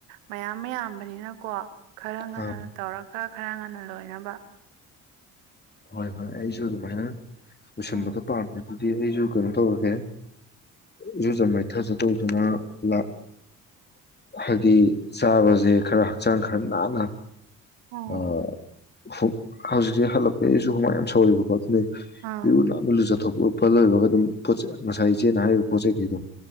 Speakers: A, on the right; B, on the left.
A: ꯃꯌꯥꯝ ꯌꯥꯝꯕꯅꯤꯅꯀꯣ ꯈꯔ ꯉꯟꯅ
B: ꯑꯥ
A: ꯇꯧꯔꯒ ꯈꯔ ꯉꯟꯅ ꯂꯣꯏꯅꯕ
B: ꯍꯣꯏ ꯍꯣꯏ ꯑꯩꯁꯨ ꯑꯗꯨꯨꯃꯥꯏꯅ ꯂꯣꯏꯁꯟꯕꯒ
A: ꯎꯝ
B: ꯄꯥꯝꯗ꯭ꯔꯦ ꯍꯥꯏꯗꯤ ꯑꯩꯁꯨ ꯀꯩꯅꯣ ꯇꯧꯔꯒꯦ ꯏꯔꯨꯖ ꯃꯥꯏꯊꯖ ꯇꯧꯗꯨꯅ ꯂꯥꯛ ꯍꯥꯏꯗꯤ ꯆꯥꯕꯁꯦ ꯈꯔ ꯍꯛꯆꯥꯡ ꯈꯔ ꯅꯥꯟꯅ
A: ꯑꯣ
B: ꯑꯣ ꯍꯧꯖꯤꯛꯁꯦ ꯍꯜꯂꯛꯄꯩ ꯑꯩꯁꯨ ꯍꯨꯃꯥꯡ ꯌꯥꯝ ꯁꯧꯔꯤꯕꯀꯣ ꯑꯗꯨꯅ
A: ꯑꯥ
B: ꯏꯔꯨ ꯅꯥꯟꯅ ꯂꯨꯖ ꯄꯨꯊꯣꯛ ꯎꯄ ꯂꯣꯏꯕꯒ ꯑꯗꯨꯝ ꯄꯣꯠ ꯉꯁꯥꯏ ꯏꯆꯦꯅ ꯍꯥꯏꯔꯤꯕ ꯄꯣꯠ ꯆꯩꯒꯤꯗꯣ